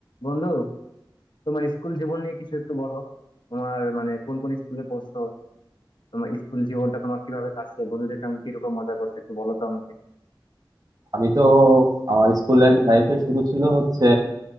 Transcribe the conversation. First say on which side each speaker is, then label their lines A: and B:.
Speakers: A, on the left; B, on the right.
A: বন্ধু তোমার স্কুল জীবন নিয়ে কিছু একটু বলো তোমার মানে কোন কোন স্কুলে পড়ছো তোমার স্কুল জীবনটা তোমার কিভাবে কাটছে বন্ধুদের সঙ্গে কিরকম মজা করছো একটু বলো তো আমাকে
B: আমি তো আমার স্কুল লাইফে শুরু ছিল হচ্ছে